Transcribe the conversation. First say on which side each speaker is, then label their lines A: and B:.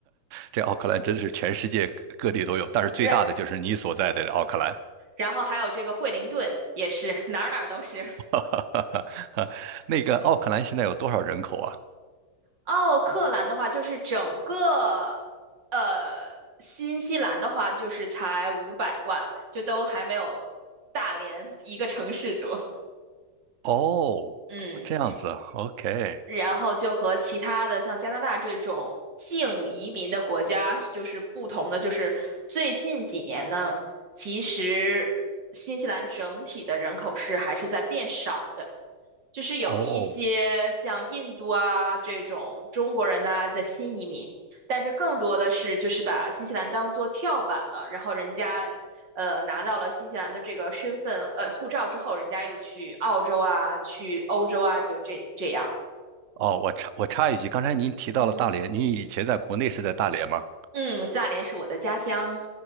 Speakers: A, on the right; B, on the right.
A: 这奥克兰真是全世界各地都有，但是最大的就是你所在的奥克兰。
B: 然然后还有这个惠灵顿也是哪儿哪儿都是。
A: <laughs> 那个奥克兰现在有多少人口啊？
B: 奥克兰的话，就是整个呃新西兰的话，就是才五百万，就都还没有大连一个城市多。
A: 哦，
B: 嗯，
A: 这样子啊，OK，
B: 然后就和其他的像加拿大这种净移民的国家就是不同的，就是最近几年呢，其实新西兰整体的人口是还是在变少的。就是有一些像印度啊这种中国人呐、
A: 哦
B: 的新移民，但是更多的是就是把新西兰当做跳板了，然后人家呃拿到了新西兰的这个身份呃护照之后，人家又去澳洲啊，去欧洲啊，就这这样。
A: 哦，我插我插一句，刚才您提到了大连，
B: 嗯
A: 您以前在国内是在大连吗？
B: 嗯，大连是我的家乡，